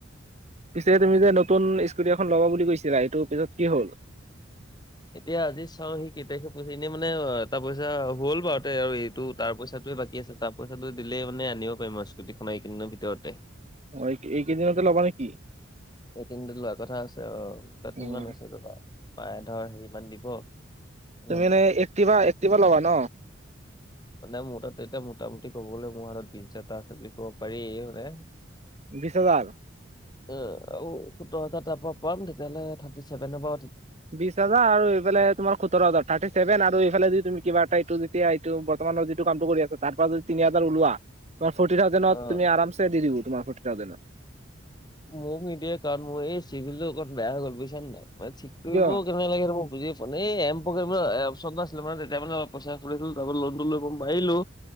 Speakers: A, on the right (about 35°); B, on the left (about 20°).
A: পিছে তুমি যে নতুন স্কুটি এখন ল'ব বুলি কৈছিলা এইটো পিছত কি হ'ল?
B: এতিয়া আজি চাও সি কেতিয়াকে পাইহি এনেই মানে এটা পইচা হ'ল বাৰু দে। আৰু এইটো- তাৰ পইচাটোৱে বাকী আছে তাৰ পইচাটো দিলেই মানে আনিব পাৰিম আৰু স্কুটীখন এইকেইদিনৰ ভিতৰতে।
A: অ', এইকেইদিনতে ল'বা নেকি?
B: এই কেইদিনতে লোৱা কথা আছে আৰু। তা'ত
A: উম
B: কিমান আছে পাৰে ধৰ ইমান দিব। ইমান
A: তুমি এই এক্টিভা-এক্টিভা লবা ন?
B: মানে মোৰ তা'ত এতিয়া মোটামুটি ক'বলে মোৰ হাত'ত বিশ হাজাৰ এটা আছে বুলি ক'ব পাৰি মানে।
A: বিশছ হাজাৰ?
B: অঁহ। আৰু সোত্তৰ হাজাৰ তাৰ পৰা পাম তেতিয়া হ'লে থাৰ্টি চেভেনত-
A: বিশ হাজাৰ আৰু এইফালে তোমাৰ সোত্তৰ হাজাৰ। থাৰ্টি চেভেন আৰু এইফালে যদি তুমি কিবা এটা এইটো যেতিয়া এইটো বৰ্তমানৰ যিটো কামটো কৰি আছা তাৰ পৰা যদি তিনি হাজাৰ ওলোৱা- তোমাৰ ফৰ্টি থাউজেন্ড
B: অ
A: তুমি আমাৰ'চে দি দিব তোমাৰ ফৰ্টি থাউজেন্ড।
B: মোক নিদিয়ে কাৰণ মোৰ এই চিভিলতো অকণ বেয়া হৈ গ'ল বুজিছা নে নাই। মই ঠিক কৰিবও-
A: কিয়
B: লাগে মুই বুজিয়ে পোৱা নাই। এই এম্ পকেটত আছিলে মানে তেতিয়া মানে অলপ পইচা লৈছিলো- তাৰপিছত লোনটো লৈ মাৰি মাৰিলো।